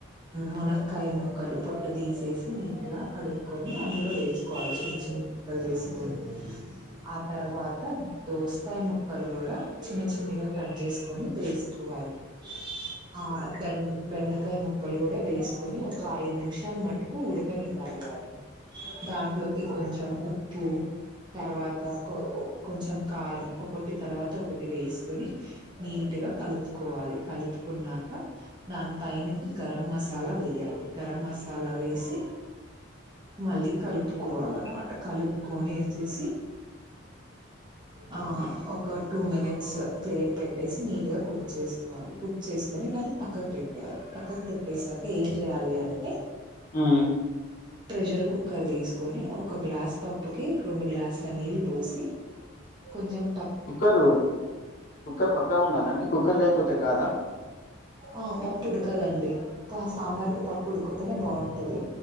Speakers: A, on the right; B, on the left.
A: మునక్కయ ముక్ ముక్కలు పొట్టు తీసేసి నీటీగా కడుక్కొని అందులో వేసుకోవాలి చిన్న చిన్న ముక్కలు వేసుకొని ఆ తర్వాత దోసకాయ ముక్కలు కూడా చిన్న చి చిన్నగా కట్ చేసుకొని వేసుకోవాలి ఆ బెన్ బెండకాయ ముక్కలు కూడా వేసు కొరియర్ ఒక ఐదు నిమిషాలు మా టుకు ఉడకనివ్వాలి వాటిని దాంట్లోకి కొంచెం ఉప్పు తరువాత కో కొంచెం కారం కొట్టి తరువాత ఒకటి వేసుకొని నీట్ గా కలుప్ కోవాలి కలుప్ కొన్నాక ధన్పైనుంచీ గరం మసా చాలా వెయ్యాలి గరం మసాలా వేసి మళ్ళీ కలుపుకోవాలన్నమాట కలుప్ కొని యేసేసి ఆ ఓ ఒక టూ మినిట్స్ ప్లేట్ పెట్టేసి నీట్ గా కుక్ చేసుకోవాలి కుక్ చేసుకొని దాన్ని పక్కకు పెట్టేయాలి పక్కకు పెట్టేసాక ఏం చెయ్యాలి అన్
B: ఉమ్
A: ప్రెషర్ కుక్కర్ తీసుకొని ఒక గ్లాస్ పప్పు కి రెండు గ్లాస్ల నీళ్లు పోసి కొంచం
B: కుక్కరు కుక్కర్ పక్క ఉండాలనండి కుక్కర్ లేకపోత్త్ అంటే కాదా
A: ఆ పప్పు ఉడకదండి అబ్బా సాంబార్ కి పప్పు ఉడుకుతేనే బాగుంటంది